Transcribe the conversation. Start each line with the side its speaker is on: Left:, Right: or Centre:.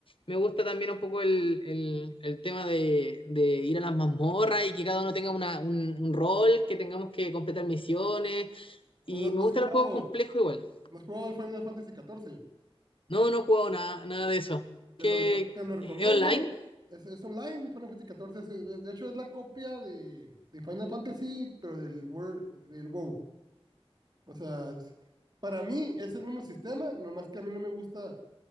Left: me gusta también un poco el, el, el tema de, de ir a las mazmorras y que cada uno tenga una, un, un rol, que tengamos que completar misiones,
Right: ¿No,
Left: y
Right: no- no
Left: me gustan
Right: has jugado,
Left: los juegos complejos igual.
Right: no has jugado al Final Fantasy XIV?
Left: No, no he jugado nada, nada de eso.
Right: Te
Left: ¿Qué?
Right: lo, reco- te lo recomiendo.
Left: ¿Es online?
Right: Es, es online, el Final Fantasy XIV. es- es- de hecho, es la copia de, de Final Fantasy, pero del World, del WoW. O sea, es- para mí es el mismo sistema, nomás que a mí no me gusta.